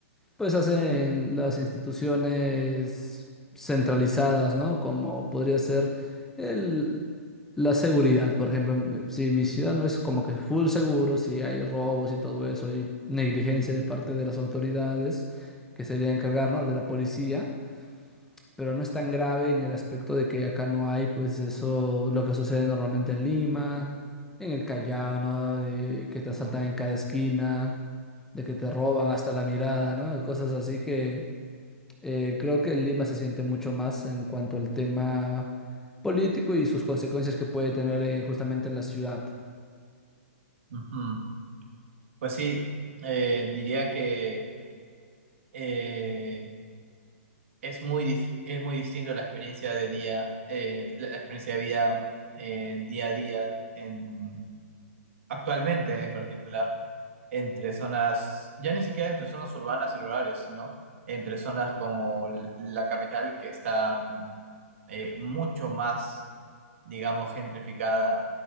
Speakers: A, in the centre; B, on the right.
A: pues hacen las instituciones centralizadas, ¿no? Como podría ser el, la seguridad, por ejemplo, en- si mi ciudad no es como que full seguro, si hay robos y todo eso, hay negligencia de parte de las autoridades que sería encargar, ¿no? de la policía pero no es tan grave en el aspecto de que acá no hay, pues eso, lo que sucede normalmente en Lima, en el Callao, ¿no? De que te asaltan en cada esquina, de que te roban hasta la mirada, ¿no? Cosas así que eh, creo que en Lima se siente mucho más en cuanto al tema político y sus consecuencias que puede tener eh, justamente en la ciudad.
B: Ujú. Pues sí, eh, diría que eh, es muy, dis- es muy distinto la experiencia de día, eh, la la experiencia de vida en día a día, en, actualmente en particular, entre zonas, ya ni siquiera entre zonas urbanas y rurales, sino entre zonas como l- la capital que está mm, eh, mucho más, digamos, gentrificada,